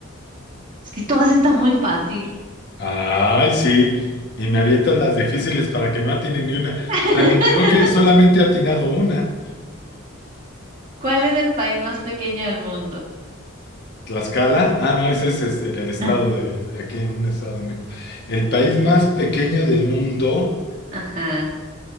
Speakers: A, on the right; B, on the left.
A: es que todas están muy fácil.
B: Ay, sí. Y me avientas las difíciles para que no atine ni una.
A: <laughs>
B: O sea, ni- creo que solamente he atinado una.
A: ¿Cuál es el país más pequeño del mundo?
B: Tlaxcala. Ah, no, ese es este, en el
A: <laughs>
B: estado de, de aquí en un estado de México. El país más pequeño del mundo,
A: Ajá.